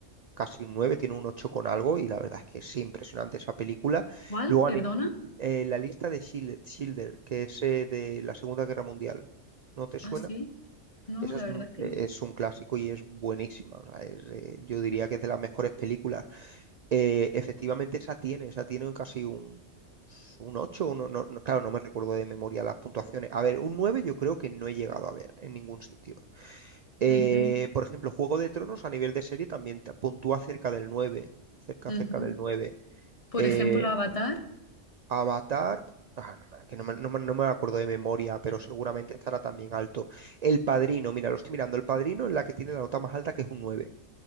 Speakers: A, on the right; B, on the left.
A: casi un nueve tiene un 8 con algo y la verdad es que es impresionante esa película.
B: ¿Cuál?
A: Luego
B: ¿Perdona?
A: ani- eh, la lista de Schil- Schindler, que es eh, de la Segunda Guerra Mundial, ¿no te suena?
B: Ah, sí. No,
A: Esa
B: la
A: es,
B: verdad
A: mu-
B: es que
A: eh,
B: no.
A: es un clásico y es buenísima. o sea, es, eh, yo diría que es de las mejores películas. Eh, efectivamente esa tiene, esa tiene casi un... Un 8 un- no, no- claro, no me recuerdo de memoria las puntuaciones. A ver, un 9 yo creo que no he llegado a ver en ningún sitio. Eh,
B: Ujú,
A: por ejemplo, Juego de Tronos a nivel de serie también te puntúa cerca del 9, cerca,
B: ujú.
A: cerca del 9.
B: Por
A: Eh,
B: ejemplo, Avatar.
A: Avatar, ah, no me- que no me, no me- no me acuerdo de memoria, pero seguramente estará también alto. El Padrino, mira, lo estoy mirando, El Padrino es la que tiene la nota más alta, que es un nueve.